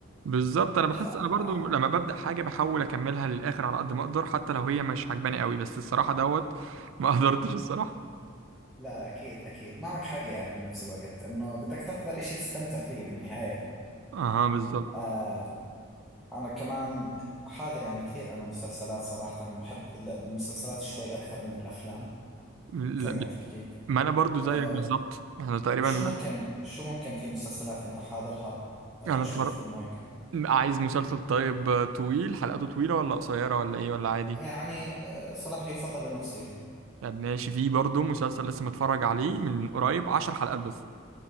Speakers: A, on the right; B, in the centre.
A: بالظبط انا بحس
B: ف
A: انا برضو
B: آه،
A: لما ببدا حاجه بحاول اكملها للاخر على قد ما اقدر حتى لو هي مش عجباني قوي بس الصراحه دوت ما <laughs> قدرتش الصراحه
B: لا اكيد اكيد معك حق يعني بنفس الوقت انه بدك تحضر اشي تستمتع فيه بالنهايه
A: اها بالظبط
B: آه، أنا كمان حاضر يعني كثير أنا مسلسلات صراحة بحب المسلسلات شوي أكثر من الأفلام
A: لا
B: زي
A: ب-
B: ما تحكي
A: ما انا برضو زيك
B: أه
A: بالظبط احنا تقريبا
B: شو
A: نفس-
B: ممكن شو ممكن في مسلسلات أنت حاضرها أه،
A: انا
B: أشوف
A: اتفرج
B: إنه هيك
A: عايز مسلسل طيب آه، طويل حلقاته طويله ولا قصيره ولا ايه ولا عادي
B: يعني أه صراحة يفضل إنه قصير
A: طب ماشي في برضو مسلسل لسه متفرج عليه من قريب عشر حلقات بس